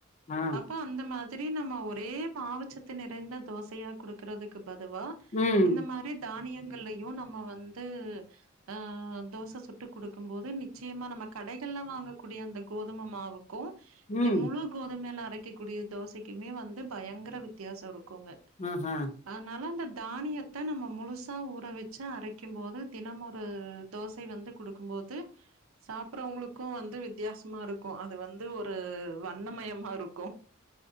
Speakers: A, on the left; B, on the right.
A: ஆ
B: அப்போ அந்த மாரி நம்ம ஒரே மாவுச்சத்து நெறந்த தோசையா குடுக்குறதுக்கு பதுவா
A: ம்
B: இந்த மாரி தானியங்கள்லையு நம்ம வந்து ஆ தோச சுட்டு கொடுக்கு போது நிச்சயமா நம்ம கடகள்ல வாங்கக்கூடிய அந்த கோதுமாவு இருக்கு இப்டி
A: ம்
B: முழு கோதுமை லா அரைக்கக்கூடிய தோசைக்குமே வந்து பயங்கர வித்தியாச இருக்குங்க
A: ஆகா
B: அதனால அந்த தானியத்த நம்ம முழுசா ஊற வச்சு அரைக்கு போது தினமு ஒரு தோச வந்து கொடுக்கு போது சாப்புறவங்களுக்கு வந்து வித்தியாசமா இருக்கு அது வந்து ஒரு வண்ணமயமா இருக்கு